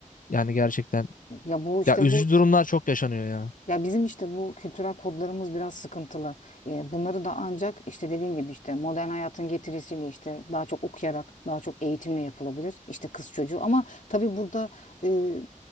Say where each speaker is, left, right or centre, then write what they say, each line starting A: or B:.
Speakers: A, on the left; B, on the left.
A: yani gerçekten
B: ya bu işte
A: ya üzücü
B: bu
A: durumlar çok yaşanıyor ya.
B: Ya bizim işte bu kültürel kodlarımız biraz sıkıntılı. Ee, bunları da ancak işte dediğin gibi işte modern hayatın getirisiyle işte daha çok okuyarak, daha çok eğitimle yapılabilir. İşte kız çocuğu ama tabii burada e,